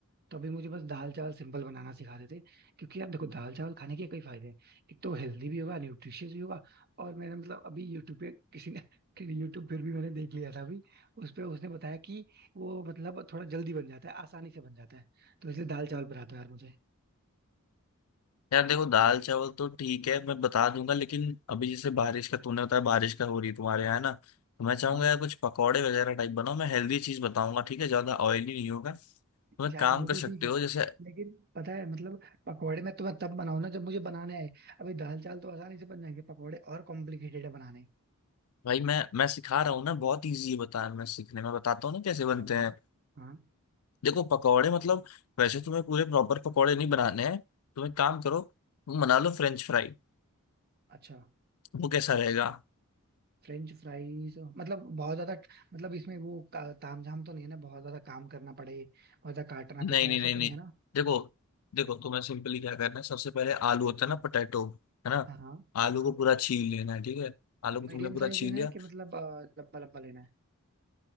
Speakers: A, on the right; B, on the left.
A: तो अभी मुझे बस दाल चावल सिंपल बनाना सिखा देते क्योंकि यार देखो दाल चावल खाने के कई फायदे हैं एक तो हेल्दी भी होगा न्यूट्रिशियस भी होगा और मैंने मतलब अभी यूट्यूब पे किसी ने <laughs> यूट्यूब पर भी मैंने देख लिया था अभी उस पे उसने बताया कि वो मतलब थोड़ा जल्दी बन जाता है आसानी से बन जाता है तो इसलिए दाल चावल बनाता है यार मुझे
B: यार देखो दाल चावल तो ठीक है मैं बता दूंगा लेकिन अभी जैसे बारिश का तूने बताया बारिश का हो रही है तुम्हारे यहाँ है ना तो मैं चाहूंगा
A: हाँ
B: यार कुछ पकौड़े वगैरह टाइप बनाओ मैं हेल्दी चीज बताऊंगा ठीक है ज्यादा ऑयली नहीं होगा तुम एक
A: यार
B: काम
A: वो
B: कर
A: तो
B: सकते
A: ठीक है
B: हो जैसे
A: लेकिन पता है मतलब पकौड़े में तो मैं तब बनाऊं ना जब मुझे बनाने आए अभी दाल चावल तो आसानी से बन जाएंगे पकौड़े और कॉम्प्लिकेटेड है बनाने
B: भाई मैं मैं सिखा रहा हूँ ना बहुत ईजी है बता मैं सीखने में बताता हूँ ना कैसे
A: अच्छा
B: बनते
A: बताओ
B: हैं
A: हाँ
B: देखो पकौड़े मतलब वैसे तुम्हें पूरे प्रॉपर पकौड़े नहीं बनाने हैं तुम एक काम करो तुम बना लो फ्रेंच फ्राई
A: अच्छा
B: वो कैसा रहेगा
A: फ्रेंच फ्राइज मतलब बहुत ज्यादा मतलब इसमें वो का- तामझाम तो नहीं है ना बहुत ज्यादा काम करना पड़े बहुत ज्यादा काटना
B: नहीं
A: पीटना
B: नहीं
A: ऐसा
B: नहीं
A: तो
B: नहीं
A: नहीं है ना
B: देखो देखो तुम्हें सिंपली क्या करना है सबसे पहले आलू होता है
A: हाँ
B: ना
A: बताओ
B: पोटैटो है ना
A: हाँ
B: आलू
A: हाँ
B: को पूरा छील लेना है ठीक है आलू को तुमने
A: मीडियम
B: पूरा
A: साइज
B: छील
A: लेना
B: लिया
A: है कि मतलब अ, लंबा लंबा लेना है